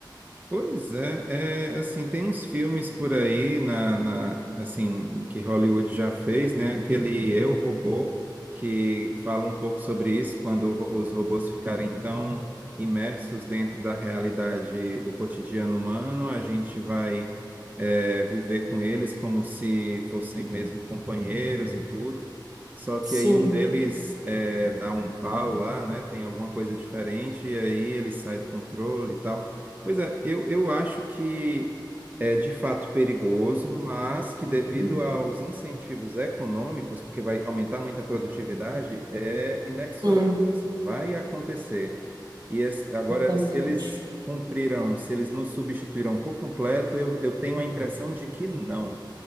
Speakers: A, on the right; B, on the right.
A: Pois é, é, assim, tem uns filmes por aí na, na- assim, que Hollywood já fez, né? Aquele Eu, Robô, que fala um pouco sobre isso, quando ro- os robôs ficarem tão imersos dentro da realidade do cotidiano humano, a gente vai, é, viver com eles como se fossem mesmo companheiros e tudo. Só que
B: Sim,
A: aí um deles é, dá um pau lá, né? Tem alguma coisa diferente e aí ele sai do controle e tal. Pois é, eu, eu acho que é de fato perigoso, mas que devido
B: Uhum.
A: aos incentivos econômicos, porque vai aumentar muito a produtividade, é inexorável,
B: sim.
A: assim, vai acontecer. E esse- agora,
B: Eu Também
A: se eles
B: acho.
A: cumprirão, se eles nos substituirão por completo, eu, eu tenho a impressão de que não.